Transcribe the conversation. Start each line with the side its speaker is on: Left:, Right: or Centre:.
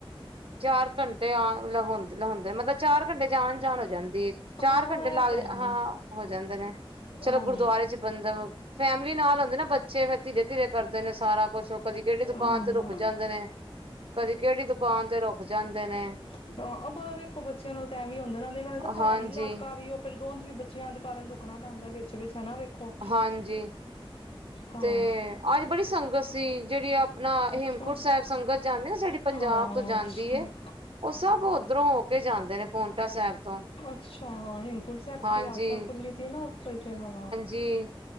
Right: ਚਾਰ ਘੰਟੇ ਆ ਮਤਲਬ ਹੋਂਦੇ ਨੇ ਮਤਲਬ, ਮਤਲਬ ਚਾਰ ਘੰਟੇ ਚ ਆਨ-ਜਾਨ ਹੋ ਜਾ ਜਾਂਦੀ ਏ, ਚਾਰ
Left: ਹਾਂ
Right: ਘੰਟੇ
Left: ਇਹ
Right: ਲੱਗ,
Left: ਤਾਂ ਹੈ
Right: ਹਾਂ ਹੋ ਜਾਂਦੇ ਨੇ ਚਲੋ
Left: ਹਾਂ
Right: ਗੁਰਦੁਆਰੇ ਚ ਬੰਦਾ, ਫੈਮਲੀ ਨਾਲ ਔਦੀ ਏ ਨਾ ਬੱਚੇ ਫੇਰ ਧੀਰੇ ਧੀਰੇ ਕਰਦੇ ਨੇ ਸਾਰਾ ਕੋਛ, ਓ ਕਦੀ ਕੇੜੀ ਦੁਕਾਨ
Left: ਹਾਂ
Right: ਤੇ ਰੁੱਕ ਜਾਂਦੇ ਨੇ ਕਦੀ ਕੇੜੀ ਦੁਕਾਨ ਤੇ ਰੁਕ ਜਾਂਦੇ ਨੇ
Left: ਅ, ਆ ਬਾ ਵੇਖੋ ਬੱਚੇਆ ਨਾਲ ਤਾ ਐਵੇ ਈ ਹੂੰਦੈ ਨਾਲੇ ਮੈਨੂੰ ਲਗਦੈ ਪਾੜੀ
Right: ਹਾਂਜੀ,
Left: ਇਲਾਕਾ ਵੀ ਏ ਓ ਫੇਰ ਤੇ ਓਜ ਵੀ ਬੱਚੇਆਂ ਦੇ ਕਾਰਨ ਰੁਕਨਾਂ ਪੈਂਦੈ ਵਿਚ ਵਿੱਚ ਹਨਾ ਵੇਖੋ
Right: ਹਾਂਜੀ,
Left: ਹਾਂ
Right: ਤੇ ਅੱਜ ਬੜੀ ਸੰਗਤ ਸੀ ਜੇੜੀ ਏ ਅਪ ਅਪਨਾ, ਹੇਮਕੁੰਟ
Left: ਅੱਛਾ
Right: ਸੈਬ ਸੰਗਤ ਜਾਂਦੀ ਏ ਨਾ ਜੇੜੀ ਪੰਜਾਬ
Left: ਹਾਂ
Right: ਤੋਂ ਜਾਂਦੀ
Left: ਅੱਛਾ
Right: ਏ ਉਹ ਸਭ ਉਧਰੋਂ ਹੋ ਕੇ ਜਾਂਦੇ ਨੇ ਪੋਂਉਟਾ ਸਾਹਿਬ ਤੋਂ
Left: ਅੱਛਾ, ਹੇਮਕੁੰਟ ਸਾਹਿਬ
Right: ਹਾਂਜੀ
Left: ਦੀ ਯਾਤਰਾ ਖੁੱਲੀ ਤੀ ਨਾ ਉਥੋਂ ਹੀ ਫਿਰ ਹਾਂ
Right: ਤੇ